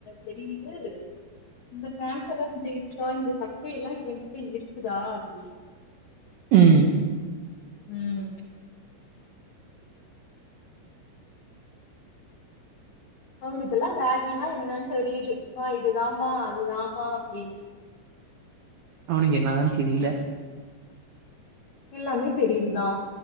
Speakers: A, on the left (about 75°); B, on the right (about 80°).
A: தெரியுது இந்த பேண்ட் எல்லா இவங்கிட்ட இருக்குதா இந்த சட்ட எல்லா இவங்கிட்ட இருக்குதா அப்டின்னு
B: ம்
A: உம் அவனுக்கெல்லா பேகினா என்னான்னு தெரியுது மா இதுதாம்மா அதுதாம்மா அப்டின்னு
B: அவனுக்கு என்னாதா தெரியல
A: எல்லாமே தெரியுதுதா